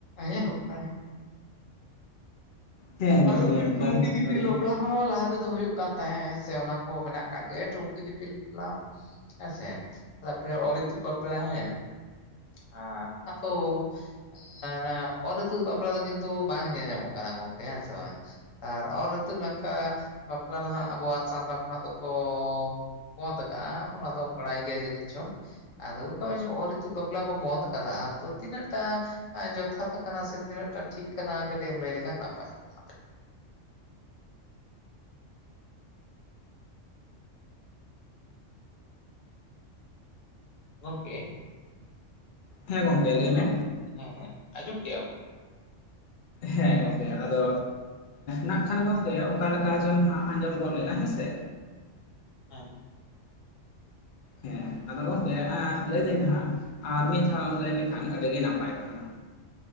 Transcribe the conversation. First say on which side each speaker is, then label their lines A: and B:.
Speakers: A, on the left; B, on the left.
A: ᱧᱮᱞᱚᱜ ᱠᱟᱱᱟ ᱾
B: ᱦᱮᱸ ᱜᱚᱢᱠᱮ
A: <unintelligible>
B: ᱮᱠᱟᱞ
A: ᱴᱩᱱᱠᱤ ᱫᱤᱯᱤᱞ
B: ᱟᱹᱰᱤ
A: ᱵᱟᱯᱞᱟ ᱦᱚᱸ ᱞᱟᱦᱟ ᱛᱮᱫᱚ ᱦᱩᱭᱩᱜ ᱠᱟᱱ ᱛᱟᱦᱮᱸ ᱦᱮᱸᱥᱮ ᱚᱱᱟ ᱠᱚ ᱢᱮᱱᱟᱜ ᱟᱠᱟᱜ ᱜᱮ ᱴᱩᱝᱠᱤ ᱫᱤᱯᱤᱞ ᱵᱟᱯᱞᱟ ᱦᱚᱸ ᱦᱮᱸᱥᱮ ᱛᱟᱨᱯᱚᱨᱮ ᱚᱨᱤᱛᱩᱫ ᱵᱟᱯᱞᱟ ᱦᱮᱸ, ᱟᱨ ᱠᱟᱛᱷᱟ ᱫᱚ, ᱮ ᱚᱱᱟ ᱚᱨ ᱤᱛᱩᱜ ᱵᱟᱯᱞᱟ ᱫᱚ ᱠᱤᱱᱛᱩ ᱵᱟᱝ ᱧᱮᱞ ᱧᱟᱢᱚᱜ ᱠᱟᱱᱟ ᱜᱚᱝᱠᱮ ᱦᱮᱸ ᱥᱮ ᱵᱟᱝ ᱟᱨ ᱚᱨ ᱤᱛᱩᱫ ᱱᱚᱝᱠᱟ ᱵᱟᱯᱞᱟ ᱫᱚ ᱦᱟᱸᱜ ᱟᱵᱚᱣᱟᱜ ᱥᱟᱶᱛᱟ ᱠᱷᱚᱱᱟᱜ ᱫᱚᱠᱚ ᱵᱚᱱᱫ ᱠᱟᱜᱼᱟ ᱚᱱᱟ ᱫᱚ ᱵᱟᱲᱟᱭ ᱜᱮᱭᱟ ᱡᱟᱹᱱᱤᱡ ᱪᱚᱝ, ᱟᱫᱚ ᱜᱚᱢᱠᱮ ᱚᱨ ᱨᱤᱛᱩ ᱵᱟᱯᱞᱟ ᱠᱚ ᱵᱚᱱᱫᱽ ᱟᱠᱟᱫᱟ ᱛᱚ ᱛᱤᱱᱟᱹᱜᱴᱟ ᱡᱚᱛᱷᱟᱛ ᱠᱟᱱᱟ ᱥᱮ ᱛᱤᱱᱟᱹᱜ ᱴᱟ ᱴᱷᱤᱠ ᱠᱟᱱᱟ ᱠᱟᱹᱴᱤᱡ ᱮᱢ ᱞᱟᱹᱭ ᱞᱮᱠᱷᱟᱱ ᱱᱟᱯᱟᱭ ᱠᱚᱜᱼᱟ ᱾ ᱜᱚᱝᱠᱮ,
B: ᱦᱮᱸ ᱜᱚᱝᱠᱮ ᱞᱟᱹᱭ ᱢᱮ,
A: ᱦᱮᱸ ᱦᱮᱸ ᱟᱸᱡᱚᱢ ᱠᱮᱫᱟᱢ
B: ᱦᱮᱸ ᱜᱚᱝᱠᱮ ᱟᱫᱚ ᱱᱟᱜ ᱠᱷᱟᱱ ᱜᱚᱝᱠᱮ ᱚᱠᱟᱞᱮᱠᱟ ᱡᱚᱝ ᱦᱟᱜ ᱟᱸᱡᱚᱢ ᱜᱚᱱ ᱞᱮᱱᱟ ᱦᱮᱸᱥᱮ
A: ᱦᱮᱸ
B: ᱦᱮᱸ ᱟᱫᱚ ᱜᱚᱝᱠᱮ ᱞᱟᱹᱭᱫᱟᱹᱧ ᱦᱟᱸᱜ ᱟᱨ ᱢᱤᱫ ᱫᱷᱟᱣᱮᱢ ᱞᱟᱹᱭ ᱞᱮᱠᱷᱟᱱ ᱟᱹᱰᱤᱜᱮ ᱱᱟᱯᱟᱭ ᱠᱚᱜ-ᱟ